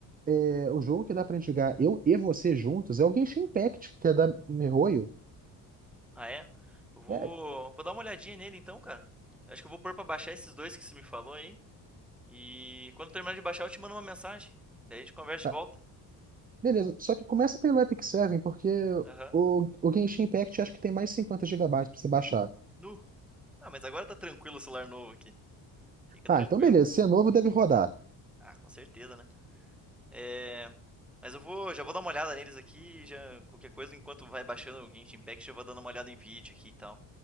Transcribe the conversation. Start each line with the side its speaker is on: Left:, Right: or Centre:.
Right: é, o jogo que dá pra gente jogar eu e você juntos é o Genshin Impact, que é da MiHoYo.
Centre: Ah, é? Eu vou,
Right: É,
Centre: vou dar uma olhadinha nele, então, cara. Acho que eu vou pôr pra baixar esses dois que você me falou aí. E quando terminar de baixar, eu te mando uma mensagem. Daí a gente conversa
Right: tá.
Centre: de volta.
Right: Beleza. Só que começa pelo Epic Seven, porque
Centre: Aham.
Right: o, o Genshin Impact acho que tem mais 50 gigabytes pra você baixar.
Centre: Nu. Ah, mas agora tá tranquilo o celular novo aqui. Fica
Right: Ah,
Centre: tranquilo.
Right: então beleza. Se é novo, deve rodar.
Centre: Ah, com certeza, né? É... Mas eu vou, já vou dar uma olhada neles aqui, já qualquer coisa, enquanto vai baixando o Genshin Impact, eu vou dando uma olhada em vídeo aqui e tal,